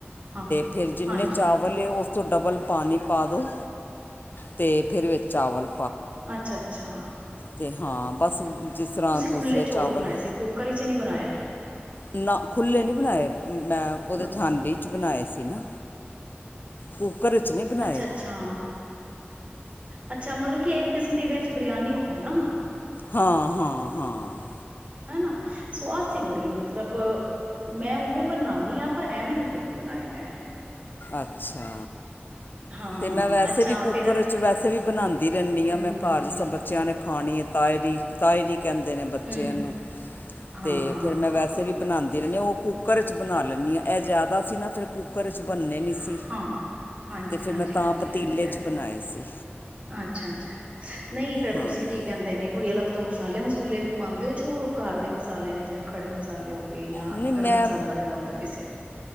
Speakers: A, on the right; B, on the left.
A: ਹਾਂ।
B: ਫਿਰ ਜਿੰਨੇ
A: ਹਾਂਜੀ
B: ਚਾਵਲ ਏ, ਓ ਤੋਂ ਡਬਲ ਪਾਣੀ ਪਾ ਦੋ ਤੇ ਫਿਰ ਵਿਚ ਚਾਵਲ
A: ਅੱਛਾ-ਅੱਛਾ
B: ਤੇ ਹਾਂ। ਬਸ ਜਿਸ ਤਰ੍ਹਾਂ ਦੂਸਰੇ
A: ਖੁੱਲੇ ਚੌਲ
B: ਚਾਵਲ
A: ਬਣਾਏ ਸੀ ਕੁੱਕਰ ਵਿੱਚ ਨਹੀਂ ਬਣਾਏ
B: ਨਾ, ਖੁੱਲੇ ਨੀ ਬਣਾਏ ਮੈਂ, ਉਹਦੇ
A: ਮਤ
B: ਚ ਹਾਂਡੀ ਬਣਾਏ ਸੀ ਨਾ। ਕੁੱਕਰ 'ਚ ਨਹੀਂ ਬਣਾਏ
A: ਅੱਛਾ-ਅੱਛਾ ਅੱਛਾ, ਮਤਲਬ ਕਿ ਕਿਸਮ ਦੀ ਵੈਜ ਬਰਿਆਨੀ ਹੋ ਗੀ ਨਾ?
B: ਹਾਂ-ਹਾਂ-ਹਾਂ
A: ਹਨਾ। ਸਵਾਦ ਸੀ ਬੜੀ ਮਤਲਬ ਮੈਂ ਉਵੇਂ ਬਨਾਉਂਨੀ ਆ, ਪਰ ਐਵੇਂ ਨੀ ਕਦੀ ਬਣਾਏ ਮੈਂ।
B: ਅੱਛਾ
A: ਹਾਂ
B: ਤੇ
A: ਹਾਂ
B: ਮੈਂ ਵੈਸੇ
A: ਅੱਛਾ
B: ਵੀ ਕੁੱਕਰ
A: ਫੇਰ
B: ਚ ਵੈਸੇ ਵੀ ਬਣਾਉਦੀ ਰਹਿੰਦੀ ਆ।
A: ਹੂੰ
B: ਮੈਂ
A: ਹੂੰ
B: ਘਰ ਜ ਬੱਚਿਆਂ ਨੇ ਖਾਣੀ ਐ। ਤਾਏ ਦੀ, ਤਾਏ ਦੀ। ਕਹਿੰਦੇ ਨੇ ਬੱਚੇ
A: ਹੂੰ
B: ਇਹਨੂੰ।
A: ਹਾਂ
B: ਤੇ
A: ਹਾਂ ਹਾਂ
B: ਫੇਰ ਮੈਂ ਵੈਸੇ ਵੀ ਬਣਾ ਦੇ ਰਹਿੰਨੇ ਓ। ਕੁੱਕਰ ਚ ਬਣਾ ਲੈਂਨੀ ਆ। ਇਹ ਜ਼ਿਆਦਾ ਸੀ ਨਾ, ਫਿਰ ਕੁੱਕਰ ਚ ਬੰਨੇ ਨਹੀਂ
A: ਹਾਂ।
B: ਸੀ
A: ਹਾਂਜੀ-ਹਾਂਜੀ-ਹਾਂਜੀ।
B: ਤੇ ਫਿਰ ਮੈਂ ਤਾਂ ਪਤੀਲੇ
A: ਹਾਂਜੀ-ਹਾਂਜੀ।
B: 'ਚ ਬਣਾਏ ਸੀ
A: ਅੱਛਾ ਅੱਛਾ, ਨਈ ਫੇਰ
B: ਹਾਂ
A: ਤੁਸੀਂ ਕੀ ਕਹਿੰਦੇ ਨੇ, ਕੋਈ ਅਲੱਗ ਤੋਂ ਮਸ ਮਸਾਲੇ ਮਸੂਲੇ ਵੀ ਪਾਉਂਦੇ ਓ? ਜੋ ਘਰ ਦੇ ਮਸਾਲੇ ਨੇ, ਜਿਵੇਂ ਖੜੇ ਮਸਾਲੇ ਓ ਹੋਗੇ ਯਾਂ
B: ਨਹੀਂ ਮੈਂ
A: ਗਰਮ ਮਸਾਲਾ, ਜਿਹੜਾ ਹੁੰਦਾ ਪੀਸੇ